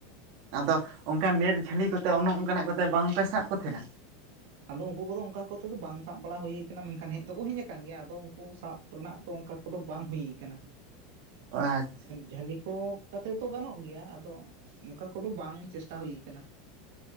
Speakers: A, on the right; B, on the right.
A: ᱟᱫᱚ ᱚᱱᱠᱟ ᱱᱮᱴ ᱡᱷᱟᱹᱞᱤ ᱠᱚᱛᱮ ᱚᱱᱮ ᱚᱱᱠᱟᱱᱟᱜ ᱠᱚᱛᱮ ᱵᱟᱝᱯᱮ ᱥᱟᱵ ᱠᱚ ᱛᱟᱦᱮᱱᱟ᱾
B: ᱟᱫᱚ ᱩᱱᱠᱩ ᱠᱚᱫᱚ ᱚᱱᱠᱟ ᱠᱚᱛᱮᱫ ᱫᱚ ᱵᱟᱝ ᱥᱟᱵ ᱵᱟᱲᱟ ᱦᱩᱭ ᱟᱠᱟᱱᱟ ᱟᱱᱟ ᱢᱮᱱ ᱠᱷᱟᱱ ᱦᱮᱡ ᱫᱚᱠᱚ ᱦᱮᱡ ᱟᱠᱟᱱ ᱜᱮᱭᱟ ᱟᱫᱚ ᱩᱱᱠᱩ ᱥᱟᱵᱼᱼ ᱨᱮᱱᱟᱜ ᱫᱚ ᱚᱱᱠᱟ ᱠᱚᱫᱚ ᱵᱟᱝ ᱦᱩᱭ ᱟᱠᱟᱱᱟ᱾
A: ᱚ <unintelligible>
B: ᱡᱷᱟᱹᱞᱤ ᱠᱚ ᱠᱟᱛᱮᱫ ᱫᱚ ᱜᱟᱱᱚᱜ ᱜᱮᱭᱟ ᱟᱫᱚ ᱚᱱᱠᱟ ᱠᱚᱫᱚ ᱵᱟᱝ ᱪᱮᱥᱴᱟ ᱦᱩᱭᱩ ᱟᱠᱟᱱᱟ᱾